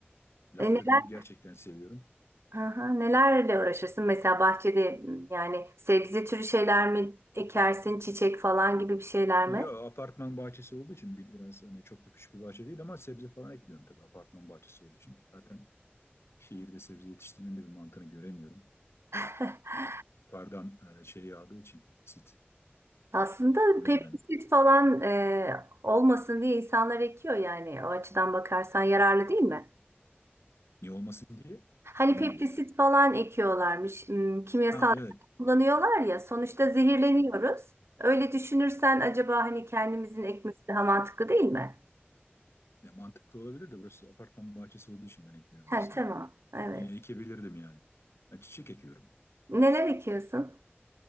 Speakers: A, on the left; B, on the right.
A: Lafta
B: E neler,
A: değil gerçekten seviyorum.
B: aha, nelerle uğraşırsın? Mesela bahçede m, yani sebze türü şeyler mi ekersin? Çiçek falan gibi bir şeyler
A: Ya
B: mi?
A: apartman bahçesi olduğu için bir- biraz hani çok da küçük bir bahçe değil ama sebze falan ekmiyorum tabii apartman bahçesi olduğu için. Zaten şehirde sebze yetiştirmenin de bir mantığını göremiyorum.
B: <laughs>
A: Yukarıdan e, şey yağdığı için asit.
B: Aslında
A: O yüzden
B: pestisit falan e, olmasın diye insanlar ekiyor yani. O açıdan bakarsan yararlı değil mi?
A: niye olmasın diye
B: Hani
A: anlamadım.
B: peptisit falan ekiyorlarmış. hmm, Kimyasal
A: Ha evet.
B: kullanıyorlar ya. Sonuçta zehirleniyoruz. Öyle düşünürsen acaba hani kendimizin ekmesi daha mantıklı değil mi?
A: Ya mantıklı olabilir de burası apartman bahçesi olduğu için ben ekmiyorum
B: He,
A: aslında.
B: tamam. Evet.
A: Yine ekebilirdim yani. Ben çiçek ekiyorum.
B: Neler ekiyorsun?